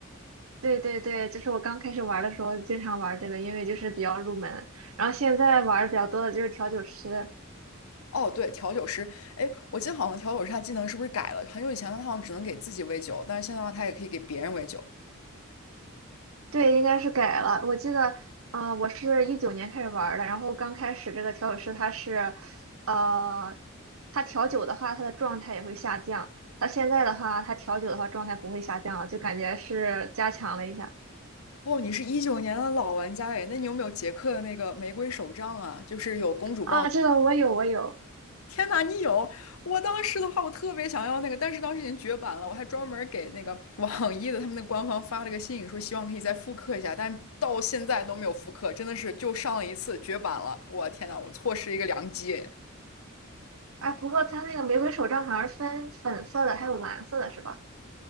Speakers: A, on the right; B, on the left.
A: 对对对，就是我刚开始玩儿的时候经常玩儿这个，因为就是比较入门。然后现在玩儿的比较多的就是调酒师。
B: 哦，对，调酒师，哎，我记得好像调酒师他技能是不是改了？很久以前他好像只能给自己喂酒，但是现在的话他也可以给别人喂酒。
A: 对，应该是改了。我记得，呃，我是一九年开始玩儿的，然后刚开始这个调酒师他是，呃，他调酒的话，他的状态也会下降。他现在的话，他调酒的话，状态不会下降了，就感觉是加强了一下。
B: 哦，你是一九年的老玩家哎，那你有没有杰克的那个玫瑰手杖啊？就是有公主抱的。
A: 啊，这个我有，我有。
B: 天呐，你有！我当时的话，我特别想要那个，但是当时已经绝版了。我还专门儿给那个 <laughs> 网易的他们的官方发了个信，说希望可以再复刻一下，但到现在都没有复刻，真的是就上了一次绝版了。我天呐，我错失一个良机诶！
A: 哎，不过他那个玫瑰手杖好像是分粉色的，还有蓝色的，是吧？